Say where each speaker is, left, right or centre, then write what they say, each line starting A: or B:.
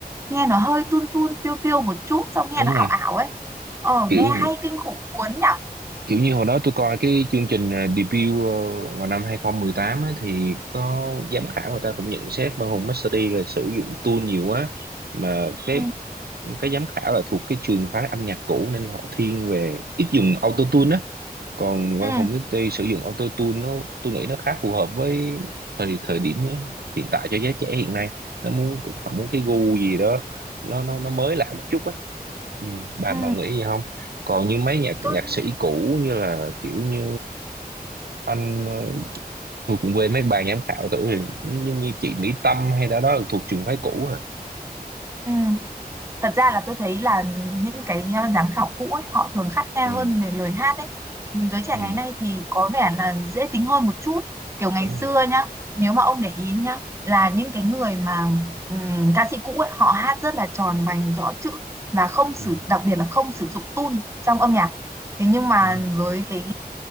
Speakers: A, on the right; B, on the right.
A: nghe nó hơi tun tun phiêu phiêu một chút xong nghe
B: đúng
A: nó ảo
B: rồi
A: ảo ấy ờ
B: kiểu
A: nghe hay kinh khủng cuốn nhở
B: kiểu như hồi đó tôi coi cái chương trình ờ, debut ờ, vào năm 2018 á, thì có giám khảo người ta cũng nhận xét mà Hùng Master là sử dụng tool nhiều quá mà cái
A: ừ
B: cái giám khảo là thuộc cái trường phái âm nhạc cũ nên họ thiên về ít dùng auto còn Quang
A: ừ
B: Hùng City sử dụng auto tune nó tôi nghĩ nó khá phù hợp với thời thời điểm hiện tại cho giới trẻ hiện nay nó muốn họ muốn cái gu gì đó nó nó nó mới lạ một chút á ừ, bà
A: ừ
B: bà nghĩ gì không còn như mấy nhạc
A: tôi
B: nhạc sĩ cũ như là kiểu như anh ờ, tôi cũng quên mấy bài giám khảo tuổi rồi như, như, như chị Mỹ Tâm hay đó đó là thuộc trường phái cũ rồi
A: ừ thật ra là tôi thấy là những cái giám khảo cũ ấy, họ thường khắt khe
B: ừ,
A: hơn về lời hát ấy giới trẻ
B: ừ,
A: ngày nay thì có vẻ là dễ tính hơn một chút kiểu ngày
B: đúng
A: xưa
B: rồi
A: nhá nếu mà ông để ý nhá là những cái người mà ừm, ca sĩ cũ ấy họ hát rất là tròn vành rõ chữ và không sử
B: ừ,
A: đặc biệt là không sử dụng tune trong âm nhạc thế nhưng mà
B: đúng rồi
A: với cái